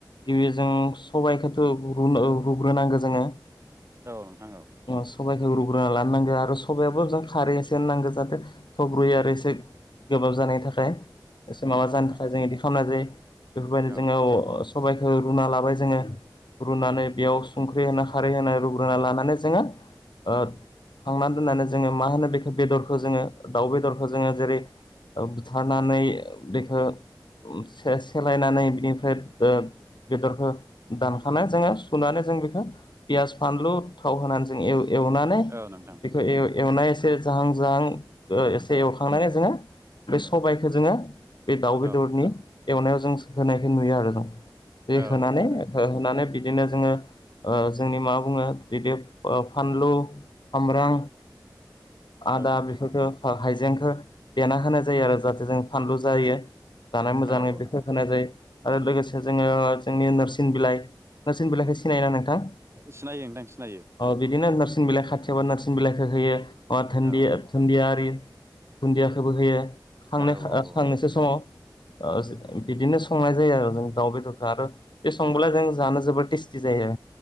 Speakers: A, on the left; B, on the right.
A: गिबि जों सबाइखोथ' रुनो रुग्रो नांगो जोङो।
B: औ नोंथां औ।
A: ओ सबाइखौ रुग्रोना लानो नांगो आरो सबायावबो खारै एसे होनो नांगो जाहाथे थब रुयो आरो एसे गोबाब जानायनि थाखाय एसे
B: औ
A: माबा
B: नोंथां
A: जानो थाखाय जों इदि खालामनाय जायो। बेफोरबायदि
B: औ
A: जोङो अ सबायखौ रुना लाबाय जोङो। रुनानै बेयाव संख्रि होनो खारै होनो रुग्रोना लानानै जोङो ओ खांनानै दोननानै जोङो मा होनो बेखो बेदरखौ जोङो दाउ बेदरखौ जोङो जेरै ओ बुथारनानै बेखो से-सेलायनानै बिनिफ्राय ओ बेदरखौ दान <unintelligible> नो जोङो सुनानै जों बेखौ पियास फानलु थाव होनानै जों एव एवनानै
B: औ नोंथां
A: बेखो एव-एवनाय एसे जाहां जाहां ओ एसे
B: औ
A: एवखांनानै जोङो बे सबायखो जोङो बे दाउ बेदरनि
B: औ नोंथां
A: एवनायाव जों होनायखौ नुयो आरो जों। दै
B: औ
A: होनानै
B: औ नोंथां
A: हो होनानै बिदिनो जोङो ओ जोंनि मा बुङो बिदि फानलु, सामब्रां, आदा
B: औ नोंथां
A: बेफोरखो ह-हाइजेंखो देना होनाय जायो आरो जाहाथे जों फानलु जायो जानाय मोजाङै
B: औ
A: बेखो
B: नोंथां
A: होनाय जायो। आरो लोगोसे जोङो जोंनि नोरसिं बिलाइ नोरसिं बिलाइखो सि सिनायो ना नोंथां।
B: सिनायो नोंथां सिनायो
A: औ बिदिनो नोरसिं बिलाइ खाथियावबा नोरसिं बिलाइखो होयो। अह धोनदि-धोनदिया
B: औ औ
A: आरि। धुन्दियाखोबो होयो, खांनाय
B: औ औ
A: ओ खांनोसो
B: औ नंगौ नोंथां
A: समाव। ओ बिदिनो संनाय जायो आरो जों दाउ बेदरखो आरो ए संबोला जों जानो जबोद टेस्टि जायो